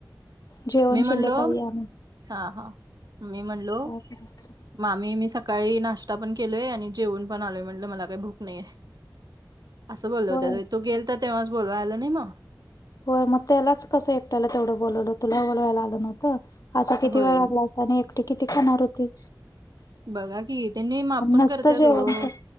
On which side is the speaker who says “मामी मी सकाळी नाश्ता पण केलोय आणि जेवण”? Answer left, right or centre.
Right